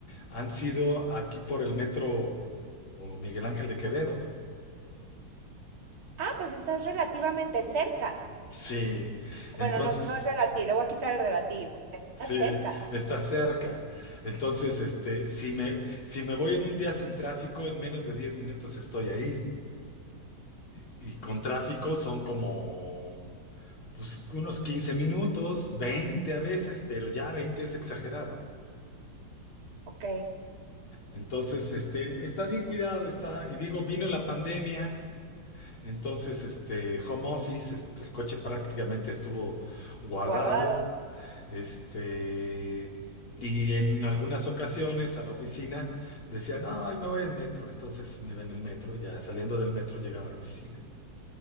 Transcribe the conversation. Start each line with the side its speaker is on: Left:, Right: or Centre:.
Left: han sido aquí por el metro Miguel Ángel de Quevedo.
Right: Ah, pues estás relativamente cerca.
Left: Sí,
Right: Bueno,
Left: entonces,
Right: no, no es relativo, le voy a quitar el relativo. Estás
Left: sí,
Right: cerca.
Left: está cerca. Entonces, este, si me, si me voy en un día sin tráfico, en menos de 10 minutos estoy ahí. Y, y con tráfico son como, pues, unos 15 minutos, 20 a veces, pero ya 20 es exagerado.
Right: Ok,
Left: Entonces, este, está bien cuidado, está, y digo, vino la pandemia. Entonces, este home office, este, el coche prácticamente estuvo guardado,
Right: guardado.
Left: este, y en algunas ocasiones a la oficina decía, no, hoy me voy en metro. Entonces me iba en el metro, y ya saliendo del metro llegaba a la oficina.